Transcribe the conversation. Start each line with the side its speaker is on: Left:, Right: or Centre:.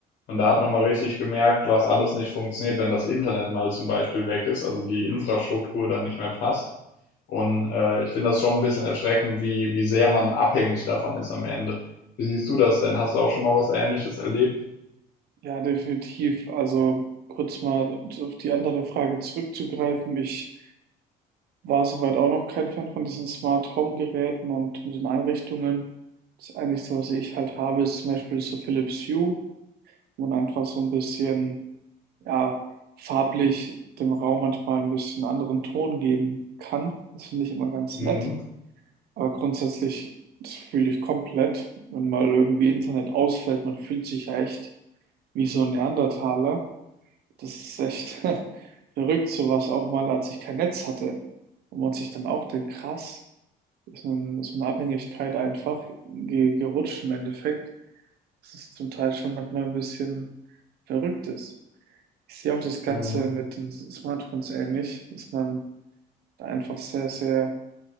Left: Und da hat man mal richtig gemerkt, was alles nicht funktioniert, wenn das Internet mal zum Beispiel weg ist, also die Infrastruktur dann nicht mehr passt. Und äh, ich finde das schon ein bisschen erschreckend, wie, wie sehr man abhängig davon ist am Ende. Wie siehst du das denn? Hast du auch schon mal was Ähnliches erlebt?
Right: Ja, definitiv. Also kurz mal auf die andere Frage zurückzugreifen. Ich war soweit auch noch kein Fan von diesen Smart Home Geräten und mit den Einrichtungen. Das Einzige, was ich halt habe, ist zum Beispiel so Philips Hue, wo man einfach so ein bisschen, ja, farblich dem Raum manchmal ein bisschen anderen Ton geben kann. Das finde ich immer ganz
Left: Mhm.
Right: nett. Aber grundsätzlich, das fühle ich komplett, wenn mal irgendwie Internet ausfällt, man fühlt sich ja echt wie so ein Neandertaler. Das ist echt <laughs> verrückt, sowas auch mal, als ich kein Netz hatte. Und man sich dann auch denkt, krass, ist nun so eine Abhängigkeit einfach ge gerutscht im Endeffekt. Das ist zum Teil schon manchmal ein bisschen verrückt ist. Ich sehe auch das Ganze
Left: Mhm.
Right: mit den Smartphones ähnlich, dass man da einfach sehr, sehr